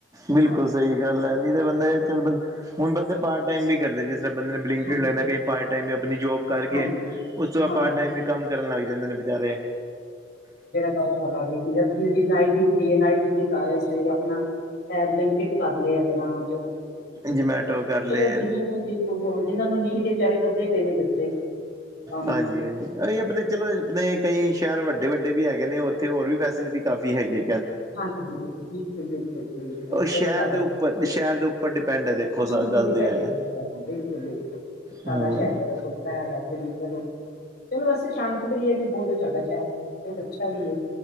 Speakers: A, on the right; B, on the left.
A: ਬਿਲਕੁਲ
B: ਨਾ ਹਾਂ
A: ਸਹੀ ਗੱਲ ਐ ਨਈ ਤਾਂ ਬੰਦਾ ਏ ਚੱਲ ਬੰ ਹੁਣ ਬੰਦੇ ਪਾਰਟ ਟਾਈਮ ਵੀ ਕਰਦੇ ਜਿਸਰਾਂ ਬੰਦੇ ਨੇ ਬਲਿੰਕਿਟ
B: ਹਾਂ
A: ਲੱਗਣਾ, ਕਈ ਪਾਰਟ ਟਾਈਮ ਅਪਨੀ ਜੋਬ ਕਰਕੇ,
B: ਹਾਂਜੀ
A: ਉਸ ਤੋਂ ਬਾਦ
B: ਹਾਂ
A: ਪਾਰਟ ਟਾਈਮ ਵੀ ਕੰਮ ਕਰਨ ਲੱਗ ਜਾਂਦੇ ਨੇ ਬੇਚਾਰੇ
B: ਜਦੀ ਨਾਈਟ ਡਿਊਟੀ ਏ, ਨਾਈਟ ਡਿਊਟੀ ਕਰ ਰਹੇ ਸਵੇਰੇ ਅਪਨਾ ਐਪ ਲਈ ਬਲਿੰਕਿਟ ਕਰ ਲੈ ਅਪਣਾ ਚਲੋ,
A: ਜਮੈਟੋ ਕਰ ਲਏ
B: ਚਲੋ ਜਿਨੂੰ ਔ ਹੋ ਜਿਨਾ ਨੂੰ ਨੀ ਵੇਚਾਰੇ ਕਰਦੇੇ ਪਏ ਨੇ ਬੱਚੇ। ਕੰਮ
A: ਹਾਂਜੀ, ਹਾਂਜੀ ਅਰੇ ਅਪਨੇ ਚਲੋ ਅਪਨੇ ਕਈ ਸ਼ਹਰ ਵੱਡੇ-ਵੱਡੇ ਵੀ ਹੈਗੇ ਨੇ ੳਥੇ ਹੋਰ ਵੀ ਫੈਸਿਲਿਟੀ ਕਾਫੀ ਹੈਗੀ ਏ।
B: ਹਾਂਜੀ, ਬਿਲਕੁਲ-ਬਿਲਕੁਲ ਹੈ।
A: ਉਹ ਸ਼ਹਿਰ
B: ਚਲੋ ਸਾਡਾ
A: ਦੇ ਉੱਪਰ ਸ਼ਹਿਰ ਦੇ ਉੱਪਰ ਡਿਪੈਂਡ ਹੈ ਦੇਖੋ ਸ
B: ਹਾਂਜੀ
A: ਗੱਲ
B: ਡਿਪੈਂਡ
A: ਤੇ ਹੈ
B: ਕਰਦਾ ਐ, ਬਿਲਕੁਲ- ਬਿਲਕੁਲ ਸਾਡਾ
A: ਹਮ
B: ਸ਼ਹਰ <unintelligible> ਚਲੋ ਵੇਸੇ ਸ਼ਾਂਤ ਪ੍ਰਿਅ ਵੀ ਬੋਤ ਏ ਸਾਡਾ ਸ਼ਹਰ, ਬੋਤ ਅੱਛਾ ਵੀ ਏ।